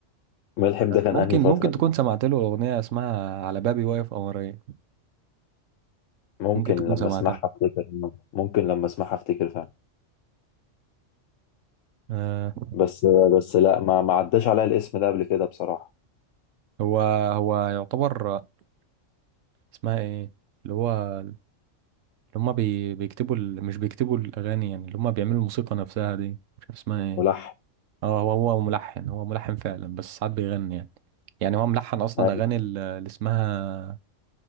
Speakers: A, on the left; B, on the right.
A: ملحم ده كان
B: ممكن
A: أنهي فترة
B: ممكن
A: دي؟
B: تكون سمعت له اغنيه اسمها على بابي واقف قمرين
A: ممكن
B: ممكن تكون
A: لما
B: سمعتها
A: أسمعها أفتكر ممكن لما أسمعها أفتكر فعلا
B: آه
A: بس بس لا ما ما عداش عليا الاسم ده قبل كده بصراحة
B: هو هو يعتبر اسمها ايه اللي هو اللي هما بي... بيكتبوا ال... مش بيكتبوا الاغاني يعني اللي هما بيعملوا الموسيقى نفسها دي مش عارف اسمها ايه
A: ملحم
B: اه هو هو ملحن هو ملحن فعلا بس ساعات بيغني يعني يعني هو ملحن اصلا
A: أيوة.
B: اغاني ال- اللي اسمها